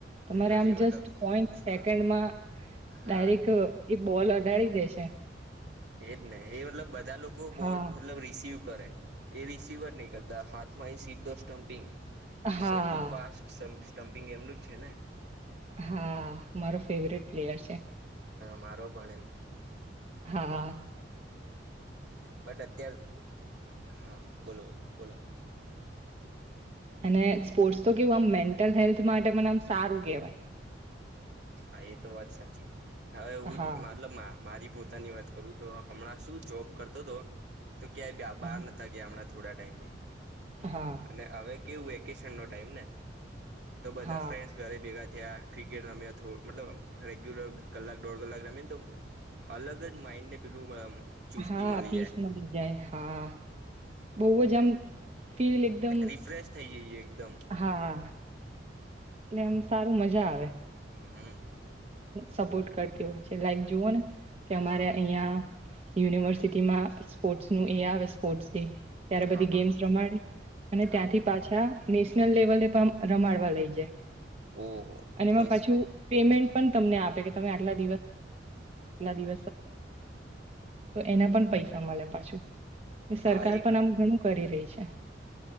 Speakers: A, on the right; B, on the right.
A: તમારે
B: પેલો
A: આમ
B: જે
A: જસ્ટ
B: મતલબ
A: પોઈન્ટ સેકન્ડમાં
B: હા હા
A: ડાયરેક્ટ એ બોલ અઢડી દેશે
B: એજ ને એ મતલબ બધા લોકો બોલ
A: હા
B: મતલબ રિસીવ કરે એ રિસિવર નહી કરતા હાથમાં સીધો સ્ટમ્પિંગ
A: હા
B: સૌથી ફાસ્ટ સ્ટમ્પિંગ એમનું જ છે, ને
A: હા, મારો ફેવરેટ પ્લેયર છે
B: મારો પણ એમ
A: હા હા
B: બટ અત્યાર હા, બોલો બોલો બોલો
A: અને સ્પોર્ટ્સ તો કેવું આમ મેન્ટલ હેલ્થ માટે મને આમ સારું કહેવાય.
B: હા, એ તો વાત સાચી હવે હું
A: હા
B: જ મતલબ મારી પોતાની વાત કરું તો હમણાં શું જોબ કરતો હતો, તો ક્યાંય
A: હા
B: બહાર નતા ગયા હમણાં થોડા ટાઈમથી
A: હા
B: અને હવે કેવું વેકેશન નો ટાઈમ ને તો બધા
A: હા
B: ફ્રેન્ડ્સ ઘરે ભેગા થયા ક્રિકેટ રમ્યા, મતલબ રેગ્યુલર કલાક દોઢ કલાક રમીને તો અલગ જ માઇન્ડને પેલું ચુસ્તી
A: હા
B: મળી
A: પીસ
B: જાય
A: મલી જાય હા બોવ જ આમ ફીલ એકદમ
B: રિફ્રેશ થઈ જઈએ એકદમ
A: હા એટલે આમ સારુ મજા
B: હમ
A: સપોર્ટ કરતી હોય છે, લાઈક જુઓ ને કે અમારે
B: હા
A: અહિયાં યુનિવર્સિટીમાં સ્પોર્ટ્સનુ એ આવે સ્પોર્ટ્સ ડે ત્યારે
B: હા
A: બધી
B: હા
A: ગેમ્સ
B: હા
A: રમાડે અને
B: હા
A: ત્યાંથી પાછા નેશનલ લેવલે પણ રમાડવા લઈ જાય
B: ઓહો
A: અને એમાં
B: તો
A: પાછું પેમેન્ટ પણ તમને આપે કે તમે આટલા દિ તો એના પણ પૈસા મલે પાછું એટલે સરકાર
B: આ
A: પણ આમ ઘણું કરી રહી છે